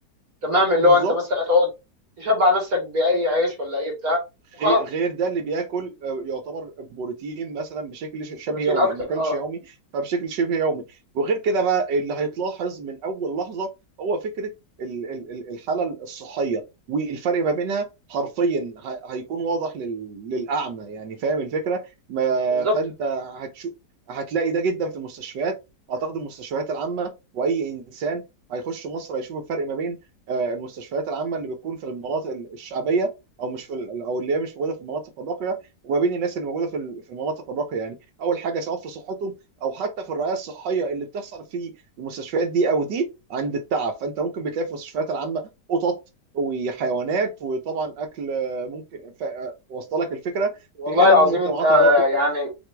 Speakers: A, on the right; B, on the right.
A: تمام اللي
B: بالظبط
A: هو انت مثلا هتقعد تشبع نفسك باي عيش ولا اي بتاع وخلاص
B: غير غير ده اللي بياكل آه، يعتبر بروتين مثلا بشكل ش- شبه
A: بروتين
B: يومي
A: اكتر
B: ان ما اكلش
A: اه
B: يومي فبشكل شبه يومي وغير كده بقى اللي هيتلاحظ من اول لحظه هو فكره ال- ال- ال- الحاله الصحيه والفرق ما بينها حرفيا ه- هيكون واضح لل- للاعمى يعني فاهم الفكره ما
A: بالظبط
B: فانت هتشو هتلاقي ده جدا في المستشفيات اعتقد المستشفيات العامه واي انسان هيخش مصر هيشوف الفرق ما بين آه، المستشفيات العامه اللي بتكون في المناطق الشعبيه او مش في ال- او اللي هي مش موجوده في المناطق الراقيه وما بين الناس اللي موجوده في ال- في المناطق الراقيه يعني اول حاجه سواء في صحتهم او حتى في الرعايه الصحيه اللي بتحصل في المستشفيات دي او دي عند التعب فانت ممكن بتلاقي في المستشفيات العامه قطط وحيوانات وطبعا اكل آه، ممكن ف... آه، واصله لك الفكره
A: والله
B: في حين
A: العظيم
B: ان المجتمعات
A: انت
B: الراقيه
A: يعني